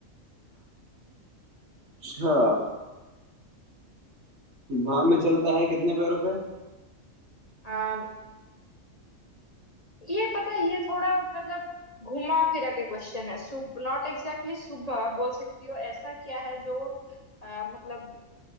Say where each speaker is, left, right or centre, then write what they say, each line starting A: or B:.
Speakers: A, on the right; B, on the left.
A: अच्छा हवा में चलता है कितने पैरों पे
B: पर ये पता है ये थोड़ा मतलब घुमा फिरा के क्वेश्चन है सुब नॉट एग्जैक्टली सुबह बोल सकती हो ऐसा क्या है जो अ, मतलब